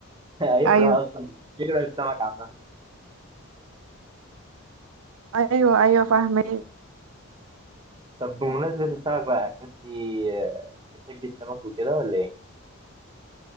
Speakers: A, on the right; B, on the right.
A: <laughs> هيكره
B: ايوه
A: أصلا يكره السمك عامة
B: ايوه ايوه فاهمه
A: طب بمناسبة السمك بقى أنت آه، بتحبي السمك وكده ولا إيه؟